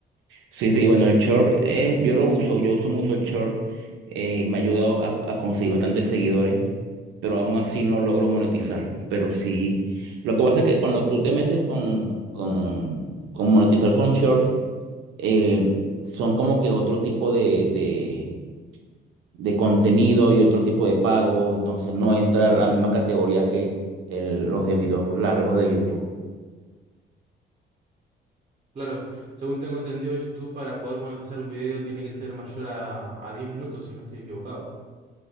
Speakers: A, on the right; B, on the right.
A: Sí, sí, bueno, el short, eh, yo lo uso, yo uso mucho el short, eh, me ha ayudado a, a conseguir bastantes seguidores, pero aún así no logro monetizar. Pero sí, lo que pasa es que cuando tú te metes con, con, con monetizar con shorts, eh, son como que otro tipo de, de, de contenido y otro tipo de pago, entonces no entra a la misma categoría que el- los de videos largos de YouTube.
B: Claro, según tengo entendido en YouTube, para poder monetizar un video tiene que ser mayor a, a 10 minutos, si no estoy equivocado.